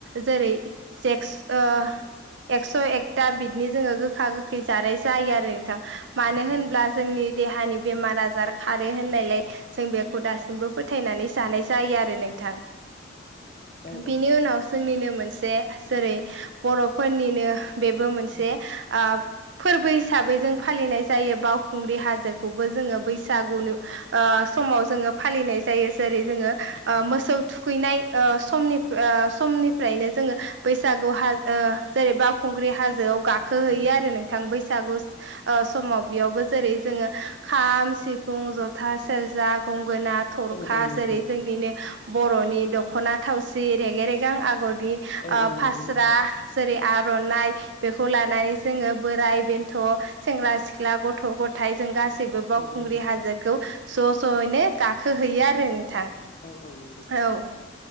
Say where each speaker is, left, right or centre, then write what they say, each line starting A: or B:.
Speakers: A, on the right (about 60°); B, on the left (about 40°).
A: जेरै सेक्स ओ एकस' एकथा बिदिनो जोंङो गोखा गोखै जानाय जायो आरो नोंथां मानो
B: औ
A: होनब्ला जोंनि देहानि बेमार आजार खारो होननायलाय जों बेखौ दासिमबो फोथायनानै जानाय जायो आरो नोंथां।
B: औ
A: बिनि उनाव जोंनिनो मोनसे जेरै बर'फोरनिनो बेबो मोनसे
B: औ
A: आ फोरबो हिसाबै जों फालिनाय जायो बाव खुंग्रि हाजोखौबो जोंङो बैसागुनु ओ समाव जोंङो फालिनाय जायो। जेरै जोंङो ओ
B: औ
A: मोसौ थुखैनाय ओ समनि फ्र अ समनिफ्रायनो जोंङो बैसागु हाद ओ जेरै बावखुंग्रि हाजोआव गाखोहैयो
B: औ
A: आरो नोंथां बैसागुस ओ समाव बेयावबो जेरै जोऔङो खाम सिफुं जथा सेरजा गं गोना थरखा
B: औ औ नंगौ
A: जेरै जोंनिनो बर'नि दख'ना थावसि रेगे रेगें आगर नि
B: औ
A: अ
B: औ नंगौ
A: फास्रा
B: नोंथां
A: जेरै आर'नाइ बेखौ लानानै जोंङो बोराइ बेन्थ' सेंग्रा सिख्ला गथ' गथ' गथाय जों गासैबो बावखुंग्रि
B: औ औ नंगौ
A: हाजोखौ स' स'यैनो गाखोहैयो आरो नोंथां
B: औ औ नंगौ
A: औ।